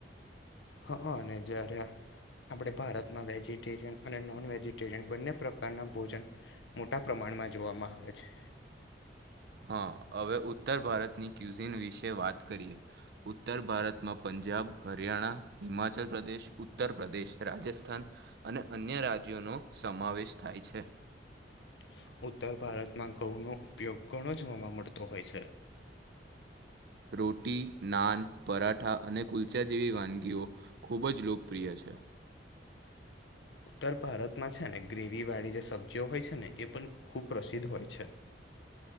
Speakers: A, on the left; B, on the right.
A: હા અને જ્યારે આપણે ભારતમાં વેજીટેરિયન અને નોન વેજિટેરિયન બંને પ્રકારના ભોજન. મોટા પ્રમાણમાં જોવામાં આવે છે.
B: હા હવે ઉત્તર ભારતની ક્યુઝીન વિશે વાત કરીએ, ઉત્તર ભારતમાં પં જાબ, હરિયાણા, હિમાચલ પ્રદેશ, ઉત્તર પ્રદેશ, રાજસ્થાન, અને અન્ય રાજ્યો નો સમાવેશ થાય છે.
A: <inaudible> ઉત્તર ભારતમાં ઘઉંનો ઉપયોગ ઘણો જોવામા મળતો હોય છે.
B: રોટી, નાન, પરાઠા અને કુલચા જેવી વાનગીઓ ખૂબ જ લોકપ્રિય છે.
A: ઉત્તર ભારતમાં છે ને ગ્રેવી વાળી જે સબ્જીઓ હોય છે ને એ પણ ખૂબ પ્રસિદ્ધ હોય છે. <inaudible>